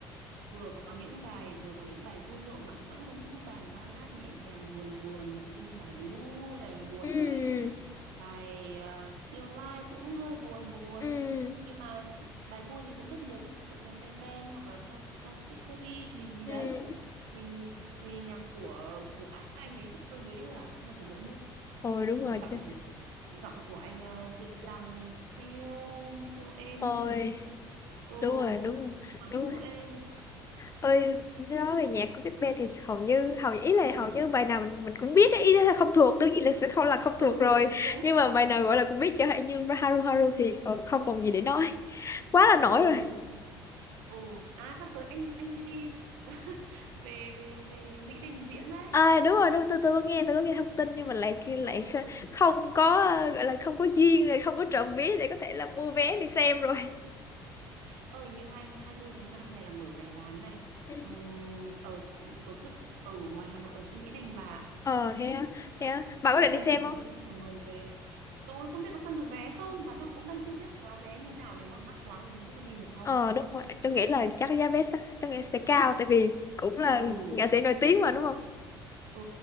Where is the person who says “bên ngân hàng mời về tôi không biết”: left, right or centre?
Right